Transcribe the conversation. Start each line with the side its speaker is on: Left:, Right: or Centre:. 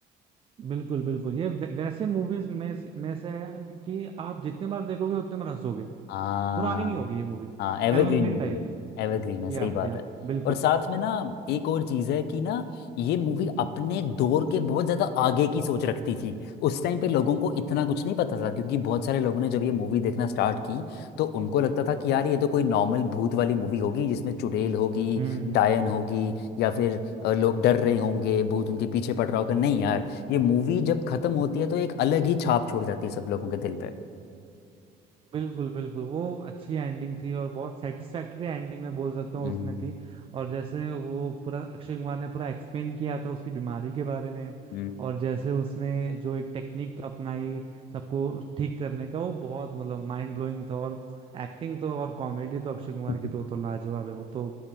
Right: बिल्कुल बिल्कुल ये वै- वैसे मूवीज में से- में से है कि आप जितने बार देखोगे उतने बार हंसोगे
Left: हाँ
Right: पुरानी नहीं होगी ये मूवी
Left: हाँ एवरग्रीन
Right: एवरग्रीन
Left: मूवी
Right: टाइप
Left: है
Right: है
Left: एवरग्रीन है
Right: या
Left: सही बात
Right: या
Left: है
Right: बिल्कुल
Left: और साथ में ना एक और चीज़ है कि ना ये मूवी अपने दौर के बहुत ज़्यादा आगे की सोच रखती थी उस टाइम पे लोगों को इतना कुछ नहीं पता था क्योंकि बहुत सारे लोगों ने जब ये मूवी देखना स्टार्ट की तो उनको लगता था कि यार ये तो कोई नॉर्मल भूत वाली मूवी होगी जिसमें चुड़ैल होगी
Right: हम्म
Left: डायन होगी या फिर अ, लोग डर रहे होंगे भूत उनके पीछे पड़ रहा होगा नहीं यार ये मूवी जब खत्म होती है तो एक अलग ही छाप छोड़ जाती है सब लोगों के दिल पे
Right: बिल्कुल बिल्कुल वो अच्छी एंडिंग थी और बहुत सेटिस्फैक्टरी एंडिंग मैं बोल सकता हूँ
Left: हम्म
Right: उसमें थी और जैसे वो पूरा अक्षय कुमार ने पूरा एक्सप्लेन किया था उसकी बीमारी के बारे में
Left: हम्म,
Right: और जैसे उसने जो एक टेक्निक अपनाई सबको ठीक करने का वो बहुत मतलब माइंड ब्लोइंग था और एक्टिंग तो और कॉमेडी तो अक्षय कुमार
Left: सही
Right: की तो, तो लाजवाब है वो तो